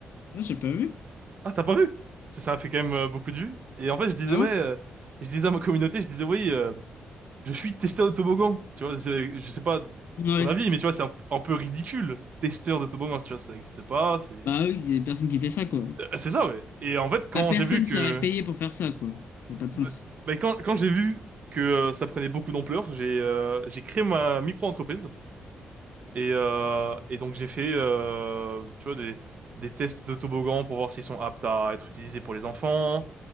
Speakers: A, on the left; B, on the right.
A: Non, j'ai pas vu.
B: Ah, t'as pas vu? Ça ça a fait quand même euh, beaucoup de vues. Et en fait, je disais
A: Ah
B: ouais.
A: ouais?
B: euh, je disais à ma communauté, je disais oui. euh, je suis testeur de toboggan. Tu vois, c'est- je sais pas
A: Ouais.
B: ton avis, mais tu vois, c'est un, un peu ridicule. Testeur de toboggan, tu vois, ça n'existe pas. C'est
A: Bah oui, il y a personne qui fait ça quoi.
B: Euh, c'est ça, ouais. Et en fait, quand
A: Bah, personne
B: j'ai vu que...
A: serait payé pour faire ça quoi. Ça n'a pas de
B: bah,
A: sens.
B: bah, quand quand j'ai vu que euh, ça prenait beaucoup d'ampleur, j'ai euh, j'ai créé ma micro-entreprise. Et, euh, et donc, j'ai fait, euh, tu vois, des, des tests de toboggan pour voir s'ils sont aptes à être utilisés pour les enfants.